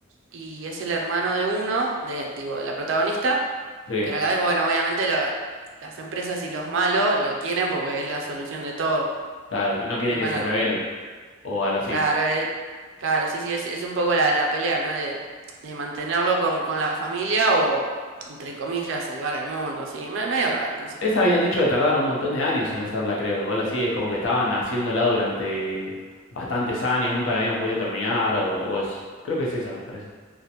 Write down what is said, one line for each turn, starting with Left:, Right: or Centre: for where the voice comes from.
Right: y es el hermano de uno, de, digo, de la protagonista,
Left: Sí,
Right: pero a la vez, bueno, obviamente lo- las empresas y los malos lo quieren porque es la solución de todo,
Left: claro, que no quieren
Right: y
Left: que
Right: bueno,
Left: se revele o algo así.
Right: Claro, eh, claro, sí, sí, es, es un poco la, la pelea, ¿no? De, de mantenerlo con, con la familia o, entre comillas, salvar al mundo, sí, me- medio raro, no sé.
Left: Esa habían dicho que tardaron un montón de años en hacerla, creo, o algo así. Es como que estaban haciéndola durante bastantes años, nunca la habían podido terminar o, o es... Creo que es esa, me parece.